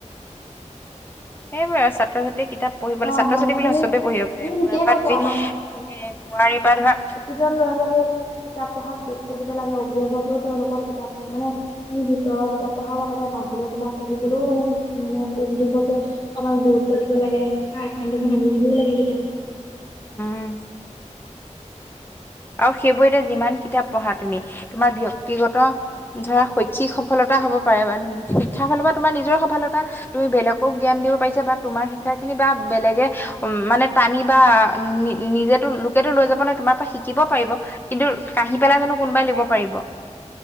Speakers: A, on the left; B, on the left.
A: সেইবাৰ আৰু ছাত্ৰ ছাত্ৰী গোটেই কিতাপ পঢ়িবলৈ
B: হয়
A: ছাত্ৰ
B: হয়
A: ছাত্ৰী বুলি
B: তুমি
A: চবে পঢ়িব পাৰে
B: তুমি ঠিকেই
A: বুঢ়া পৰা
B: কৈছা
A: ধুই মানে বোৱাৰীৰ পৰা ধৰা
B: <unintelligible> ল'ৰান ছোৱালীয়ে কিতাপ পঢ়াত গুৰু গুৰুত্ব দিব লাগে অভিভাৱকেও তেওঁলোকৰ কিতাপ মানে তুমি ভিতৰৰ কিতাপ পঢ়াৰ লগতে বাহিৰৰ কিতাপ পঢ়ি সলেও মানে মানে অভিভোৱকে অমাৰ গুৰুত্ব দিব লাগে বা এখন দুখন আনি দিবও লাগে কিতাপ
A: উম, আৰু সেইবোৰ এতিয়া যিমান কিতাপ পঢ়া তুমি তোমাৰ ব্যক্তিগত ধৰা শৈক্ষিক সফলতা হ'ব পাৰে বা শিক্ষাৰ ফলৰ পৰা তোমাৰ নিজৰ সফলতা তুমি বেলেগক জ্ঞান দিব পাৰিছা বা তোমাৰ শিক্ষাখিনি বা বেলেগে উম মানে টানি বা নিজেতো লোকেতো লৈ যাব নে তোমাৰ পৰা শিকিব পাৰিব কিন্তু কাহি পেলাই জানো কোনোবাই লব পাৰিব